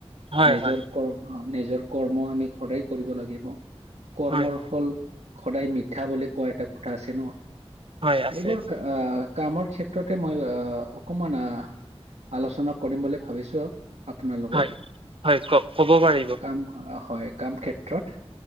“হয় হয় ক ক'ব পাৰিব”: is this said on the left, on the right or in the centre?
Right